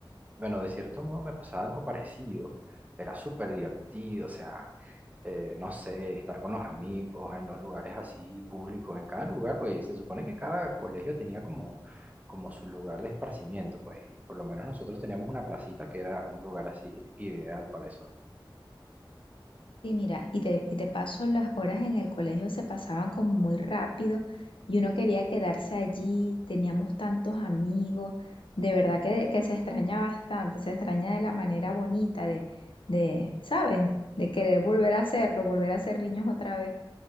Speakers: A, on the right; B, on the left.
A: Bueno, de cierto modo me pasaba algo parecido, era súper divertido, o sea, eh, no sé, estar con los amigos en los lugares así públicos, en cada lugar, pues se supone que cada colegio tenía como, como su lugar de esparcimiento, pues, y por lo menos nosotros teníamos una placita que era un lugar así ideal para eso.
B: Y mira, y de, y de paso las horas en el colegio se pasaban como muy rápido y uno quería quedarse allí, teníamos tantos amigos, de verdad que, que se extraña bastante, se extraña de la manera bonita de, de, ¿sabes? De querer volver a hacerlo, volver a ser niños otra vez.